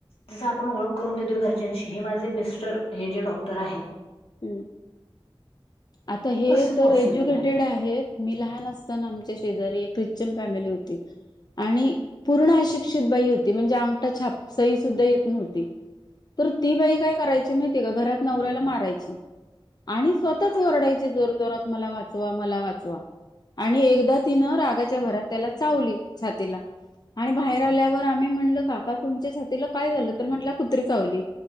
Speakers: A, on the left; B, on the left.
A: जस आपण ओळख करून देतो घरच्यांशी हे माझे मिस्टर. हे जे डॉक्टर आहेत.
B: हम्म आता हे
A: कसं
B: तर
A: पॉसिबल
B: एज्युकेटेड
A: आहे
B: आहेत मी लहान असताना आमच्या शेजारी एक ख्रिश्चन फॅमिली होती. आणि पूर्ण अशिक्षित बाई होती. म्हणजे अंगठ छाप सई सुद्धा येत नव्हती. तर ती बाई काय करायची माहि ते का घरात नवऱ्याला मारायची आणि स्व याच ओरडायची जोर जोरात मला वाचवा मला वा चवा. आणि एकदा तिनं रागाच्या भरात त्याला चावली छातीला आणि बाहेर आल्यावर आम्ही म्हटल काका तुमच्या छातीला काय झालं तर म्हटलं कुत्री चावली,